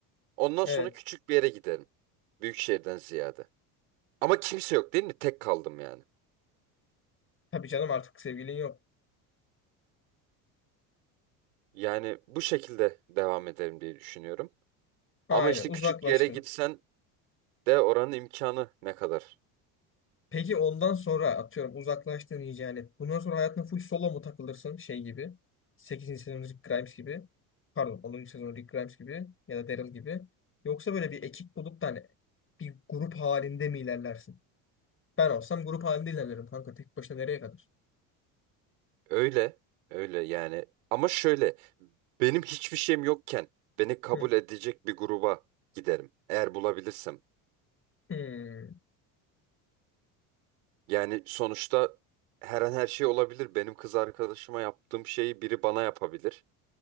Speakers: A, on the right (about 90°); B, on the left (about 30°).
A: Ondan
B: Evet.
A: sonra küçük bir yere giderim. Büyük şehirden ziyade. Ama kimse yok değil mi? Tek kaldım yani.
B: Tabii canım artık sevgilin yok.
A: Yani bu şekilde devam ederim diye düşünüyorum.
B: Aynen
A: Ama işte
B: uzaklaştın.
A: küçük yere gitsen de oranın imkanı ne kadar?
B: Peki ondan sonra atıyorum uzaklaştığın iyice yani Bundan sonra hayatına full solo mu takılırsın şey gibi? sekizinci sezon Rick Grimes gibi. Pardon onuncu sezon Rick Grimes gibi ya da Daryl gibi. Yoksa böyle bir ekip bulup da hani bir grup halinde mi ilerlersin? Ben olsam grup halinde ilerlerim kanka. Tek başına nereye kadar?
A: Öyle, öyle yani. Ama şöyle, benim hiçbir şeyim yokken beni kabul
B: Hı.
A: edecek bir gruba giderim. Eğer bulabilirsem.
B: Hmm.
A: Yani sonuçta her an her şey olabilir. Benim kız arkadaşıma yaptığım şeyi biri bana yapabilir.